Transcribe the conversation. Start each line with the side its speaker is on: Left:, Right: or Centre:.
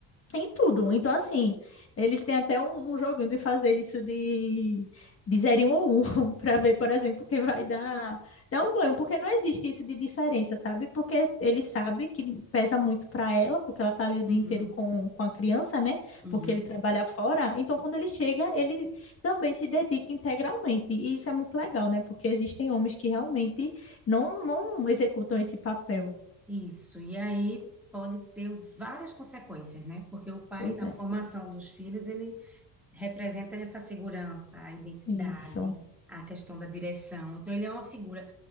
Left: em tudo. Então, assim, eles têm até um, um joguinho de fazer isso de, de zero ou um, <laughs> para ver, por exemplo, quem vai dar, dar o banho, porque não existe isso de diferença, sabe? Porque ele sabe que pesa muito para ela, porque ela tá ali o
Centre: Uhum,
Left: dia inteiro com, com a criança, né?
Centre: uhum.
Left: Porque ele trabalha fora. Então, quando ele chega, ele também se dedica integralmente. E isso é muito legal, né? Porque existem homens que realmente não, não executam esse papel.
Centre: Isso. E aí pode ter várias consequências, né? Porque o pai,
Left: Pois
Centre: na
Left: é,
Centre: formação dos filhos, ele representa essa segurança, a identidade,
Left: isso.
Centre: a questão da direção. Então, ele é uma figura